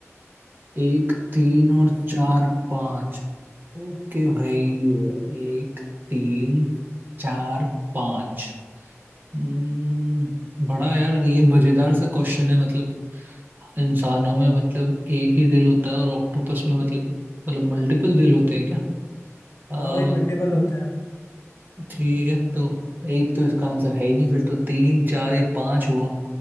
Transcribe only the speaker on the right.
एक तीन और चार पाँच ओके भाई एक तीन चार पाँच हम्म, बड़ा यार ये मजेदार सा क्वेश्चन है मतलब इंसानों में मतलब एक ही दिल होता है और ऑक्टोपस में मतलब मतलब मल्टीपल दिल होते हैं क्या अ, हम्म,
ठीक है तो एक तो इसका आंसर है ही नहीं फिर तो तीन चार या पाँच हुआ